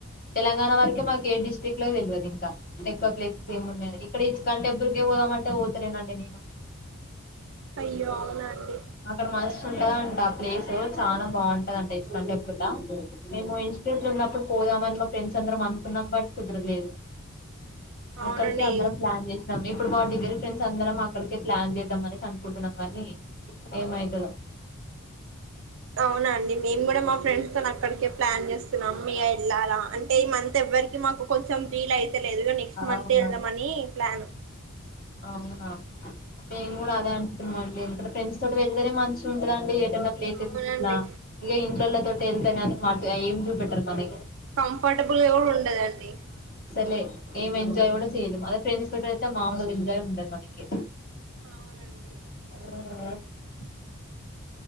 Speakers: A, on the left; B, on the right.
A: తెలంగాణ వరకే మాకు ఏ డిస్టిరిక్ట్ లో తెల్వదు ఇంకా ఎక్కువ ప్లేసెస్ ఏమిన్నయో ఇక్కడ ఇస్కాన్ టెంపుల్ కి పోదామంటే పోతలేనండి నేను
B: అయ్యో అవునాండి
A: అక్కడ మస్తు ఉంటద అంట ఆ ప్లేసు చాలా బాగుం ంటదంట ఇస్కాన్ టెంపుల్లా మేము ఇన్స్ట్యూట్ లో ఉన్నప్పుడు పోదామని మా ఫ్రెండ్స్ అందరం అనుకున్నాం బట్ కుదరలేదు.
B: అవునండి
A: అక్కడికే అందరం ప్లాన్ చేసినమ్ ఇప్పుడు మా డిగ్రీ ఫ్రెండ్స్ అందరం అక్కడికే ప్లాన్ చేద్దామ అనేసి అనుకుంటున్నాం కానీ ఏమయితదో
B: అవునా అండి మేము కూడా మా ఫ్రెండ్స్ తో అక్కడికే ప్లాన్ చేస్తున్నాం ఇగ వెళ్ళాలా అంటే ఈ మంత్ ఎవ్వరికి మాకు కొంచెం వీల్ అయితేలేదు నెక్స్ట్ మంత్
A: అవునా
B: వెళ్దామని ప్లాన్
A: అవునా మేమ్ గూడా అదే అనుకున్నం ఫ్రెండ్స్ తోటి వెళ్తేనే మంచిగ ఉంటదండి ప్లేసెస్
B: అవునండి
A: గిట్ల ఇగ ఇంట్లోల్ల తో వెళ్తానని మాకేం చూపెట్టరు కని
B: కంఫర్టబుల్ గా కూడా ఉండదండి.
A: లే ఏం ఎంజాయ్ కూడా చేయలేం అదే ఫ్రెండ్స్ తో అయితే మాములు ఎంజాయ్ ఉండదు మనకి
B: అవునండి
A: హ